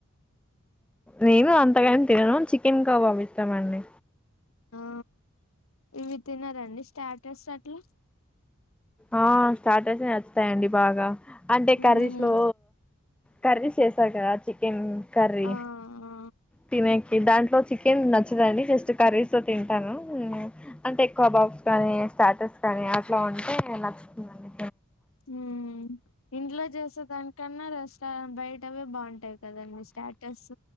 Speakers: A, in the centre; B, on the left (about 75°).
A: నేను అంతగాని తిన్నాను చికెన్ కాబ్బబ్ ఇష్టం అండి
B: ఆ ఇవి తినారండి స్టాటస్ అట్లా
A: ఆహా స్టాటస్ అసలు తా అండి బాగా అంటే కర్రీస్
B: ఉమ్
A: లో కర్రీస్ చేస్తారు కదా చికెన్ కర్రీ
B: ఆ ఆ
A: తినే దాంట్లో చికెన్ నచ్చదండి జస్ట్ కర్రీస్ తో తింటాను అంటే ఎక్కువ బాక్స్ కానీ స్టాటస్ కానీ అట్లా ఉంటే ఏ నచ్చస్తుందండి
B: హ్మ్ ఇంట్లో చేసే దానికన్నా రేస్ బయటవే బాగుంటాయి కదాండి స్టాటస్